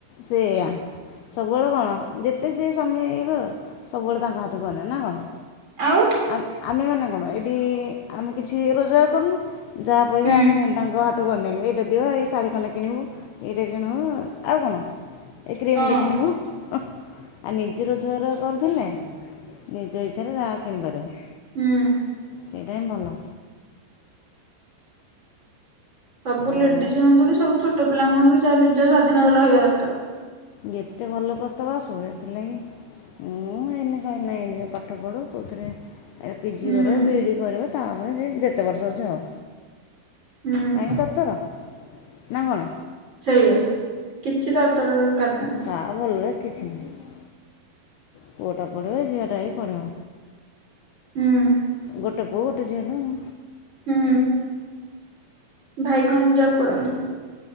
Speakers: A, on the left; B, on the right.
A: ସେୟା। ସବୁବେଳେ କଣ ଯେତେ ସିଏ ସ୍ବାମୀ ଇଏ ହୁଅ ସବୁବେଳେ ତାଙ୍କ ହାତକୁ ଅନେଇବ ନା କଣ?
B: ଆଉ?
A: ଆ ଆମେ ମାନେ କଣ ଏଇଠି ଆମେ କିଛି ରୋଜଗାର କରୁନୁ। ଯାହା ପଇସା
B: ହୁଁ।
A: ଆମେ ତାଙ୍କ ତୁ ବନେଇଲୁ ଏଇଟା ଦିଅ ଏଇ ଶାଢ଼ୀ ଖଣ୍ଡେ କିଣିବୁ ଏଇଟା କିଣିବୁ ଆଉ କଣ? ଏ କ୍ରିମ୍
B: ହଁ।
A: ଟେ କିଣିବୁ। ଆ ନିଜେ ରୋଜଗାର କରୁଥିଲେ ନିଜ ଇଚ୍ଛାରେ ଯାହା କିଣିପାରିବ।
B: ହୁଁ।
A: ସେଇଟା ହିଁ ଭଲ।
B: ସବୁ ଲେଡିଜ୍
A: ଆଉ
B: ହୁଅନ୍ତୁ କି ସବୁ ଛୋଟ ପିଲା ହୁଅନ୍ତୁ କି ଯାହା ନିଜ ସ୍ୱାଧୀନତା ରହିବା ଦରକାର।
A: ଯେତେ ଭଲ ପ୍ରସ୍ତାବ ଆସୁ ଏଥିଲାଗି ମୁଁ ଏନି କହିନାହିଁ ଯେ ପାଠ ପଢୁ କଉଥିରେ ଏ ପି ଜି
B: ହୁଁ
A: କରିବ ବି ଇ ଡ଼ି କରିବ ତାପରେ ସେ ଯେତେ ବର୍ଷ ହେଉଛି ହଉ।
B: ହୁଁ
A: କାହିଁକି ତର ତର ନା କଣ?
B: ସେଇଆ କିଛି ତର ତର ଦରକାର ନାହିଁ।
A: ତା ଭଲରେ କିଛି ନାହିଁ। ପୁଅଟା ପଢିବ ଝିଅଟା ବି ପଢିବ।
B: ହୁଁ
A: ଗୋଟେ ପୁଅ ଗୋଟେ ଝିଅ ତ ଆଉ।
B: ହୁଁ, ଭାଇ କଣ ଜବ କରନ୍ତି?